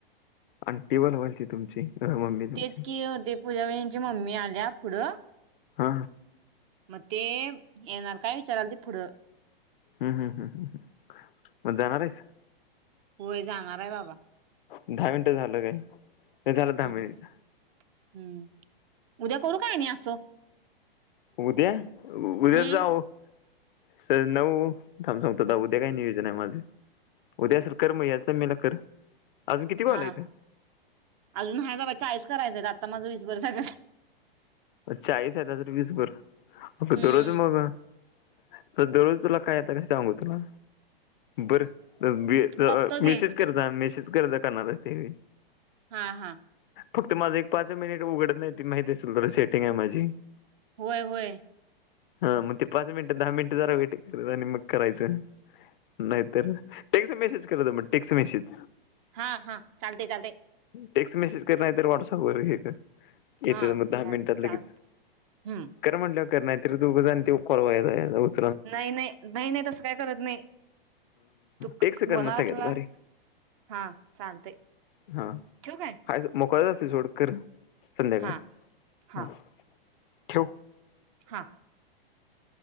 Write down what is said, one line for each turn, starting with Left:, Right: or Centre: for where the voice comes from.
Left: आण्टी बनवायची तुमची अं, मम्मी तुमची
Right: तेच कि ते पूजावही नी ची मम्मी आल्या पुढं
Left: हा
Right: मग ते येणार काय विचारालतीत पुढं
Left: हम्म हम्म हम्म मग जाणार आहेस?
Right: होय जाणार आहे बाबा
Left: दहा मिनटं झालं काय. हे झालं दहा
Right: हम्म.
Left: मिनिट
Right: हम्म उद्या करू काय आणि आसं
Left: उद्या उद्या
Right: हम्म.
Left: जाऊ सर नऊ थांब सांगतो थांब उद्या काय नियोजन आहे माझं उद्या <unintelligible>
Right: हा
Left: आहेत?
Right: आजून आहे बाबा चाळीस करायचंय आता माझं वीसभर झाल्यात
Left: चाळीस आहेत आजून वीस भर अ
Right: हम्म
Left: दरोज मगं दरोज तुला काय आता कास सांगू तुला बर मेसेज
Right: बघतो घे
Left: कर जा मेसेज कर जा करनार असतेवेळी
Right: हा हा
Left: फक्त माझं एक पाच मिनिट उघडत नाही ते माहिती असेल तर सेट टिंग आहे माझी
Right: व्हय व्हय
Left: हा मग ते पाच मिनिट दहा मिनिट जरा वेट कर आणि मग करायचं नाहीतर टेक्ट मेसेज कर जा मग टेक्ट मेसेज
Right: हा हा चालते चालते
Left: टेक्स्ट मेसेज कर नाही तर व्हॉट्सअप वर हे कर येते
Right: हा
Left: मग दहा
Right: चाल
Left: मिनिटात लगेच
Right: चाल हम्म.
Left: कर म्हटलं कर नाहीतर तो ऊगच आणि तो कॉल वाया जायाचा
Right: नाही नाही नाही नाही तसं काय करत नाही तू
Left: टेक्स्ट कर
Right: बोलनार
Left: मग सगळ्यात
Right: आसला
Left: भारी
Right: हा चालतय
Left: हा
Right: ठेवू काय
Left: <unintelligible> मोकळच असतयं सोड कर, संध्याकाळच
Right: हा हा.
Left: ठेव,
Right: हा